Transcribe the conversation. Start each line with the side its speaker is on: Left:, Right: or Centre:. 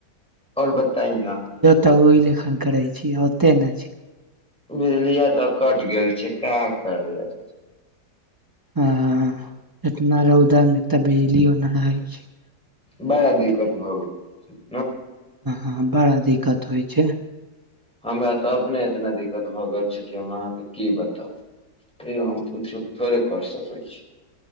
Centre: आओर बताइ ना
Right: तब ओहि लेखा करै छी ओते नहि छी
Centre: बिजलिया तऽ कट गेल छै का करल जाए
Right: हँ इतना रौदामे तऽ बिजलियो न रहै छै
Centre: बड़ा दिक्कत भऽ गेल
Right: हँ बड़ा दिक्कत होइ छैय
Centre: हमरा तऽ अपने इतना दिक्कत भऽ गेल छै कि हम अहाँके की बताउ आम पुछि थोड़े कर सकैत छी